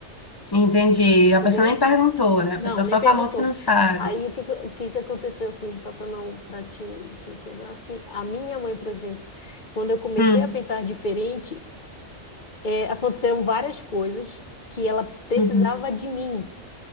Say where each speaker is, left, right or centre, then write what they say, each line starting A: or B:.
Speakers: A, on the left (about 25°); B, on the left (about 45°).
A: entendi.
B: entendeu?
A: A pessoa nem perguntou, né?
B: Não,
A: A pessoa
B: nem
A: só
B: perguntou.
A: falou que não sabe.
B: Aí o que que, o que que aconteceu assim, só para não para te, te coisar, assim, a minha mãe, por exemplo, quando eu comecei
A: Hum,
B: a pensar diferente, é, aconteceram várias coisas que ela precisava
A: uhum.
B: de mim.